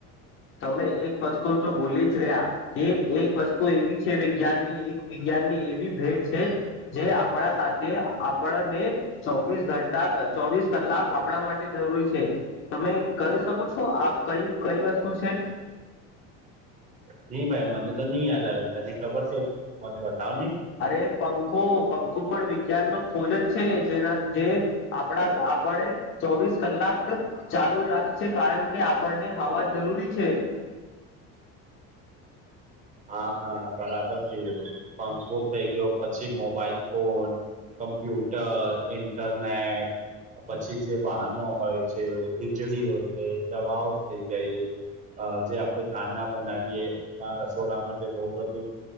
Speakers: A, on the left; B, on the right.
A: તમે એક વસ્તુ તો ભૂલી જ ગયા કે એક વસ્તુ એવી છે વિજ્ઞાન ની એક વિજ્ાન ની એવી ભેટ છે જે આપણા સાથે આપણને ચોવીસ ઘંટા ચોવીસ કલાક આપણા માટે જરૂરી છે તમે કહી શકો છો આ ક કઈ વસ્તુ તો છે
B: નહી ભાઈ મને તો નહી યાદ આવે તને ખબર તો મને બતાવ નને
A: અરે પંખો પંખો પણ વિજ્ઞાનનો ખોજ જ છે જેના જે આપણા આપણે ચોવીસ કલાક ચાલુ રાખી છે કારણ કે આપણને હવા જરૂરી છે <inaudible>
B: હા હા બરાબર થઈ ગયું પંખું થઈ ગયો પછી મોબાઈલ ફોન કમ્પ્યુટર ઇન્ટરનેટ પછી જે વાહનો હોય છે વીજળી હોય ગઈ દવાઓ થઈ ગઈ જે આપડણે ખાના બનાવીયએ એમાં ર ડામાં જે બહુ બધું